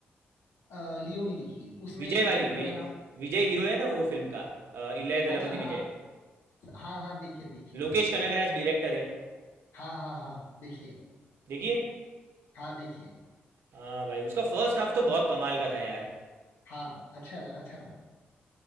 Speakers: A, on the left; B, on the right.
A: आ, लियो नहीं देखी है उसमें
B: विजय
A: एक
B: वाली
A: कैरेक्टर
B: वि,
A: का नाम
B: विजय हीरो है ना वो फिल्म का अ, इलय दलपति
A: अच्छा
B: विजय
A: हाँ हाँ हाँ देखिए देखिए
B: लोकेश
A: समझ
B: कनगराज
A: गया
B: डायरेक्टर है
A: हाँ हाँ हाँ देखिए
B: देखिए
A: हाँ देखिए
B: हाँ भाई उसका फर्स्ट हाफ तो बहुत कमाल का था यार
A: हाँ अच्छा लगा अच्छा था